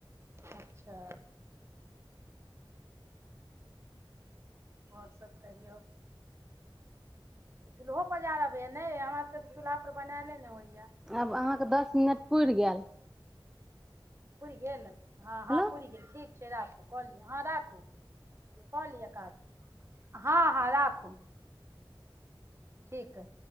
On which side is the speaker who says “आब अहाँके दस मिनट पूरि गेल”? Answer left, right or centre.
Centre